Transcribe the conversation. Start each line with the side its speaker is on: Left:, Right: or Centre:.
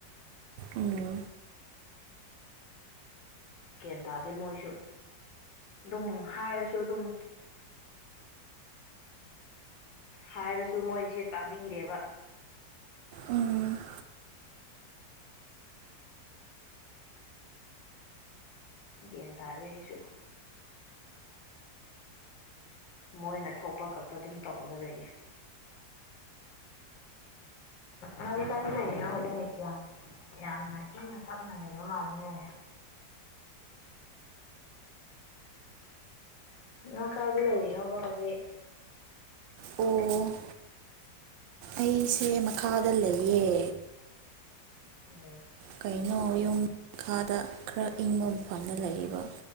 Right: ꯎꯝ
Left: ꯒꯌꯥꯟ ꯇꯥꯗꯦ ꯃꯣꯏꯁꯨ ꯑꯗꯨꯝ ꯍꯥꯏꯔꯁꯨ ꯑꯗꯨꯝ ꯍꯥꯏꯔꯁꯨ ꯃꯣꯏꯁꯦ ꯇꯥꯕꯤꯔꯦꯕ
Right: ꯎꯝ
Left: ꯒ꯭ꯟ ꯇꯥꯗꯦ ꯑꯩꯁꯨ ꯃꯣꯏꯅ ꯊꯣꯛꯄ ꯈꯛꯇ ꯑꯗꯨꯝ ꯇꯧꯔꯒ ꯂꯩꯌꯦ ꯅꯥꯂꯤꯀꯥꯗꯤ ꯂꯩꯔꯤꯅꯣ ꯍꯣꯂ ꯌꯥꯝ ꯌꯥꯝꯅ ꯏꯪꯅ ꯇꯞꯅ ꯂꯩꯕ ꯃꯥꯜꯅꯦ ꯅꯪ ꯀꯥꯏꯗ ꯂꯩꯔꯤꯅꯣꯕ ꯍꯧꯖꯤꯛ
Right: ꯑꯣ ꯑꯩꯁꯦ ꯃꯈꯥꯗ ꯂꯩꯌꯦ
Left: ꯑꯣ
Right: ꯀꯩꯅꯣ ꯌꯨꯝꯥꯗ ꯈꯔ ꯏꯪꯕ ꯐꯪꯅ ꯂꯩꯕ